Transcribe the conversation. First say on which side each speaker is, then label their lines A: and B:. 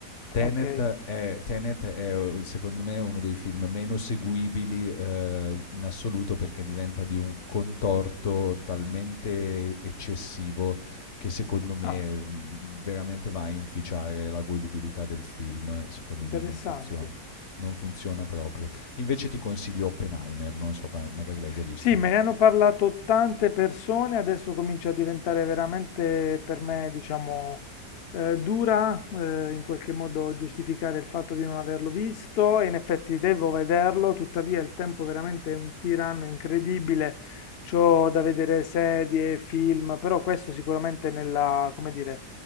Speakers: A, on the left (about 45°); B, on the left (about 70°).
A: Tenet
B: Ok.
A: è, Tenet è, secondo me uno dei film meno seguibili eh, in assoluto perché diventa di un contorto talmente eccessivo che secondo me
B: Ah,
A: mm, veramente va a inficiare la godibilità del film, secondo
B: interessante.
A: me non funziona, non funziona proprio. Invece ti consiglio Oppenheimer, non so, ma- magari l'hai già visto.
B: Sì, me ne hanno parlato tante persone, adesso comincia a diventare veramente per me, diciamo, eh, dura, eh, in qualche modo giustificare il fatto di non averlo visto e in effetti devo vederlo, tuttavia il tempo veramente è un tiranno incredibile, c'ho da vedere serie, film, però questo sicuramente nella, come dire,